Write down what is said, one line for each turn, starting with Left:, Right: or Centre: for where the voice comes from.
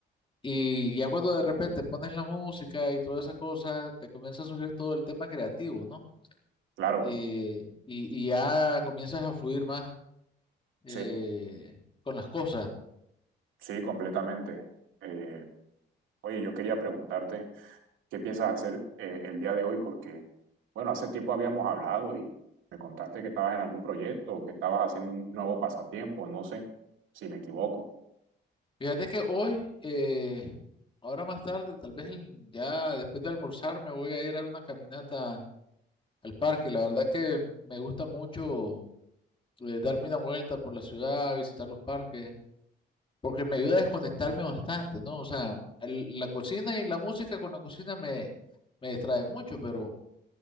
Left: Y ya cuando de repente pones la música y todas esas cosas, te comienza a surgir todo el tema creativo, ¿no?
Right: claro,
Left: Eh, y, y ya comienzas a fluir más eh,
Right: sí,
Left: con las cosas.
Right: sí, completamente. Eh, oye, yo quería preguntarte. ¿Qué piensas hacer eh, el día de hoy? Porque, bueno, hace tiempo habíamos hablado y me contaste que estabas en algún proyecto o que estabas haciendo un nuevo pasatiempo, no sé si me equivoco.
Left: Fíjate que hoy, eh, ahora más tarde, tal vez el- ya después de almorzar, me voy a ir a dar una caminata al parque. La verdad que me gusta mucho eh, darme una vuelta por la ciudad, visitar los parques, porque me ayuda a desconectarme bastante, ¿no? O sea, el- la cocina y la música con la cocina me, me distraen mucho, pero